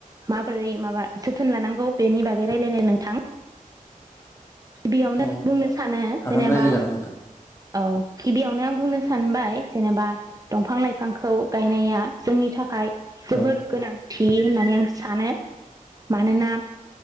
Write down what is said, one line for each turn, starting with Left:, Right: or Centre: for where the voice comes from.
Right: माबोरै माबा जोथोन लानांगौ बेनि बागै रायलायनाय नोंथां। बेयावनो
Left: औ
Right: बुंनो सानो
Left: हागोन
Right: जेनेबा
Left: रायलायजागोन नोंथां
Right: औ गिबियावनो आं बुंनो सानबाय जेनेबा दंफां- लाइफांखौ गायनाया जोंनि थाखाय जोबोर
Left: औ
Right: गोनां। थियो होननानै आं सानो मानोना